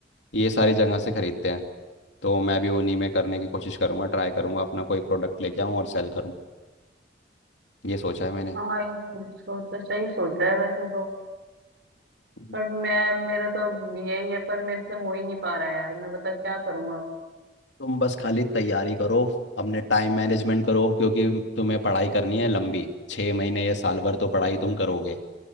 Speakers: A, on the left; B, on the right.
A: ये सारी जगह से खरीदते हैं तो मैं भी उन्हीं में करने की कोशिश करूँगा ट्राई करूँगा अपना कोई प्रोडक्ट लेके आऊँ और सेल करूँ ये सोचा है मैंने
B: हाँ ये ये सोचा सही सोचा है वैसे तो
A: हम्म।
B: बट मैं मेरा तो यही है पर मेरे से हो ही नहीं पा रहा यार मैं बता क्या करूँ अब
A: तुम बस खाली तैयारी करो अपने टाइम मैनेजमेंट करो क्योंकि तुम्हें पढ़ाई करनी है लंबी छः महीने या साल भर तो पढ़ाई तुम करोगे